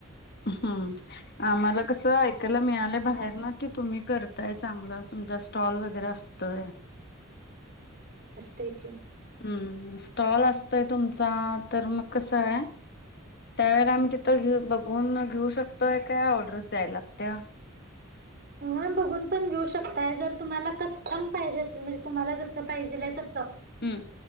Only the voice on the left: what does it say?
हम्म आम्हाला कसं ऐकायला मिळालं बाहेर ना कि तुम्ही करताय चांगलं तुमचा स्टॉल वगैरे असतोय
हम्म हम्म स्टॉल असतोय तुमचा तर मग कसं आहे. त्यावेेळेला आम्ही तिथं घेऊ बघून घेऊ शकतोय काय ऑर्डर्स द्यायला लागत्या <inaudible>
हम्म